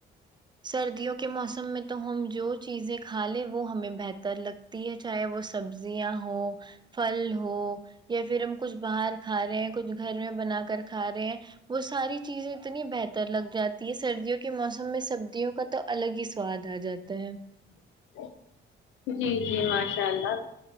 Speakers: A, on the right; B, on the left.
A: سردیوں کے موسم میں تو ہم جو چیزیں کھا لیں وہ ہمیں بہتر لگ تی ہے چاہے وہ سبزیاں ہو پھل ہو یا پھر ہم کچھ باہر کھا رہے ہیں کچھ گھر میں بنا کر کھا رہے ہیں وہ ساری چیزیں اتنی بہتر لگ جاتی ہے سردیوں کے موسم میں سب سبزیوں کا تو الگ ہی سواد آ جاتا ہے
B: ج جی جی ماشاء اللہ